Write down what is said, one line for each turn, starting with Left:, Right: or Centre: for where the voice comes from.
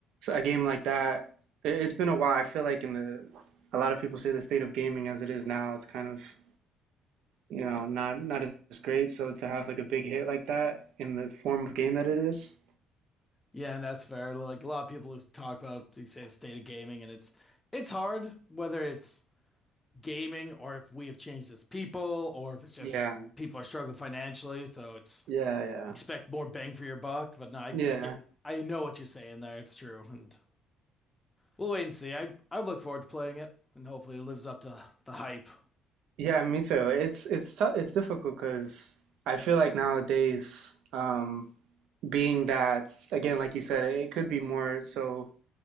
Right: a game like that. It, it's been a while. I feel like in the a lot of people say the state of gaming as it is now, it's kind of, you know, not not as great. So to have like a big hit like that in the form of game that it is.
Left: Yeah, and that's fair. Like a lot of people who talk about they say the state of gaming, and it's it's hard whether it's gaming or if we have changed as people or if it's just
Right: Yeah.
Left: people are struggling financially. So it's
Right: Yeah, yeah.
Left: expect more bang for your buck. But no, I,
Right: Yeah,
Left: I get I know what you're saying there. It's true, and we'll wait and see. I I look forward to playing it, and hopefully it lives up to the hype
Right: yeah, me too. It's it's tou- it's difficult because I feel like nowadays, um, being that again, like you said, it could be more so